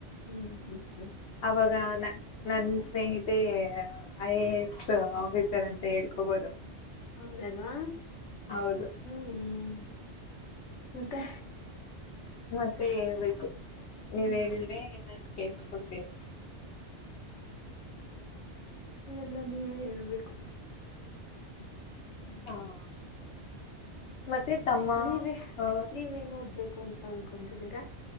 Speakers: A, on the left; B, on the left.
A: ಹ್ಮ್
B: ಅವಾಗ ನನ್ ಸ್ನೇಹಿತೆ ಐ ಎ ಎಸ್ ಆಫೀಸರ್ ಅಂತ ಹೇಳ್ಕೋಬೋದು
A: ಹೌದಲ್ವಾ
B: ಹೌದು
A: ಹ್ಮ್ ಹ್ಮ್ ಮತ್ತೆ
B: ಮತ್ತೆ ಹೇಳ್ಬೇಕು ನೀವ್
A: ಹ್ಮ್
B: ಹೇಳಿದ್ರೆ ನಂತ ಕೇಳ್ಸ್ಕೊಂತೀನಿ
A: ಎಲ್ಲ ನೀವೇ ಹೇಳ್ಬೇಕು ಹ್ಮ್
B: ಹ
A: <unintelligible>
B: ಮತ್ತೆ ತಮ್ಮ
A: ನೀವೇ
B: ಆ
A: ನೀವೇನ್ ಓದ್ಬೇಕು ಅಂತ ಅನ್ಕೊತಿದ್ದೀರಾ